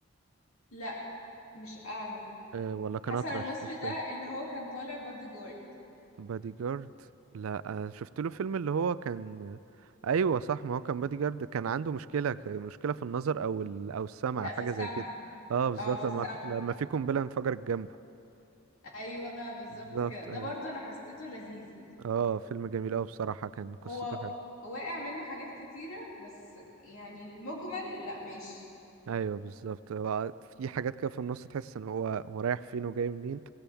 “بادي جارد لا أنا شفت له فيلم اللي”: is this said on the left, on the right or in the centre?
Right